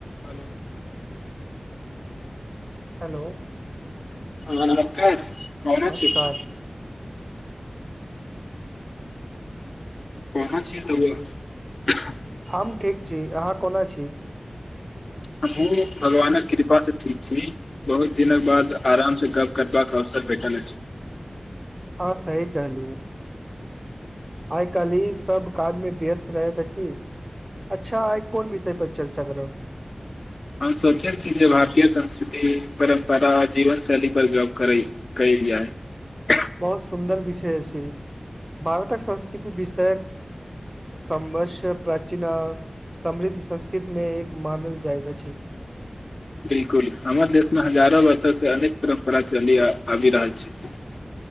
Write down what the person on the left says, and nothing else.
hello
हँ नमस्कार कोना
छी कहा छी तब रउवा
हमहु भगवानक कृपा से ठीक छी बहुत दिनक बाद आराम से गप करबाक अवसर भेठल अछि
हम सोचै छी जे भारतीय संस्कृति परम्परा जीवन शैली पर गप कर करी करली ह
बिलकुल हमर देशमे हजारो वर्षोसँ अनेक परम्परा चलि आबि रहल छथि